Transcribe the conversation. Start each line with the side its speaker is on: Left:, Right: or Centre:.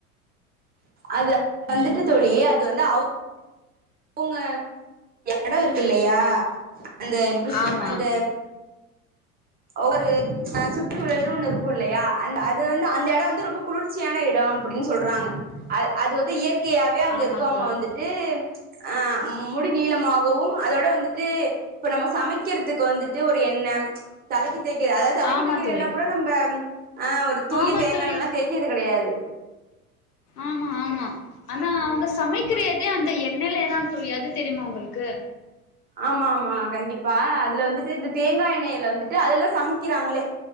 Right: அத வந்துட்டு
Left: ம்
Right: தோழி அது வந்து அவ் ங்க எடோ இருக் தில்லையா அந்த எப்டி
Left: ஆமா
Right: அந்த ஒரு அ சுற்றுழல்னு ஒண்ணு இருக்கு இல்லையா அந்த அது வந்து அந்த எடம் வந்து ரொம்ப குளிர்ச்சியான இடம் அப்டின்னு சொல்றாங்க அ அது வந்து இயற் இயற்கையாவே அங்க
Left: ஆமா
Right: இருக்கவங்க
Left: தோழி
Right: வந்துட்டு அ முடி நீளமாகவும் அதோட வந்துட்டு இப்ப நம்ம சமைக்கிறத் கு வந்துட்டு ஒரு எண்ண தலைக்கு தேக்க அதாவது தலைக்கு
Left: ஆமா
Right: தேக்கிற
Left: தோழி
Right: என்ன கூட நம்ம ஆ ஒரு தூக்கி
Left: ஆமா
Right: தேங்கா
Left: தோழி
Right: எண்ணெல்லா தேய்க்கிறது கெடையாது
Left: ஆமா ஆமா ஆனா அவங்க சமைக்கிற தே அந்த எண்ணெயிலதா தோழி அது தெரியுமா உங்களுக்கு
Right: ஆமா ஆமா கண்டிப்பா அதுல வந்துட்டு இந்த தேங்கா எண்ணெய்ல வந்துட்டு அதுலாதா சமைக்கிறாங்களே